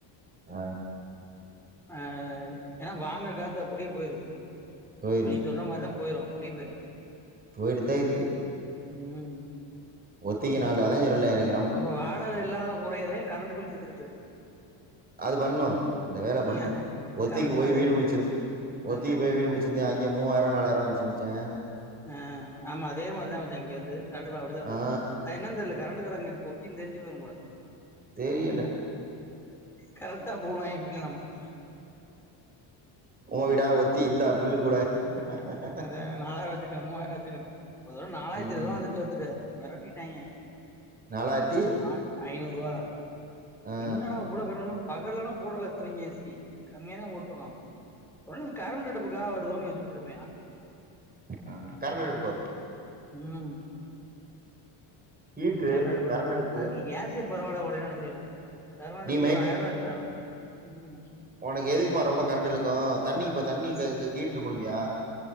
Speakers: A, on the right (about 20°); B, in the centre.
A: ஆ
B: ஆ ஏன்னா வாங்குற காசு அப்டியே போயிருது
A: போயிருது
B: இப்ப நீ சொல்ற மாரிதா போயிரு அப்டியே போயிரு
A: போயிட்டுதா இருக்கு
B: ம்
A: ஒத்திக்கினால அதா சொல்றேல்ல எனக்
B: இப்ப வாடகை இல்லாத கொறையதே கரண்டு பில் தீத்துக்கிட்ருக்கு
A: அது பண்ணு அந்த வேல பண்ணு
B: அதான்
A: ஒத்திக்கு
B: கரெக்ட்டா
A: போய் வீடு
B: இது.
A: புடிச்சிரு ஒத்திக்கு
B: அ.
A: போய் வீடு புடிச் சுருந்தே அங்க மூவாயிரூவா நாலாயிரூவா வந்துச்சு மச்சா
B: ஆ ஆமா அதே மாரிதா மச்சா இங்க வருது கரண்டு பில் அப்டிதா வருது
A: ஆ
B: அது என்னன் தெர்ல கரண்டுக்காறாங்களுக் ஒத்தினு தெரிஞ்சு போயிரு போல
A: தெரியில
B: கரெட்டா போடுவாய்ங்க பில்லு நமக்கு
A: உங்க வீடா ஒத்தி இந்தா பில்லு கூட ஆ
B: அதா நாலாயிருவா வச்சிக்க மூவாயிருவா வச்சிக்கன்னு ஒரு தரவ நாலாயிரத்தி
A: ம்
B: இருவதுரூவா வந்துச்சு பாத்துக்க மெரட்டிட்டாய்ங்க
A: நாலாயிரத்தி
B: ஆ ஐநூறுவா
A: ஆ
B: என்னடா இவ்ள கூடன்னு பகல்லலா போடல இத்தனக்கு ஏ சி கம்மியா தா போட்ருக்கோ ஒருவேள இந்த கரண்டு அடுப்புக்காக வருதோன்னு நெனச்சுட்டுருப்பே நா
A: ஆ கரண்ட் அடுப்புக்கு வரு
B: ம்
A: ஹீட்ரு
B: கரண்ட் அடுப்புக்காக வரு
A: அடுப்பு
B: அதுக்கு கேஸ்ஸே பரவாயில்ல ஓடன்னு நெனச்சிப்ப நா கரண்ட் அடுப்புக்கு
A: நீ
B: ஒரு ஆயிரூவா எஷ்டா வரு ம்
A: ஒனக்கு எதுக்குமா ரொம்ப கரண்ட் இழுக்கு தண்ணி இப்ப தண்ணி
B: ம்
A: க ஹீட்ரு போடுவியா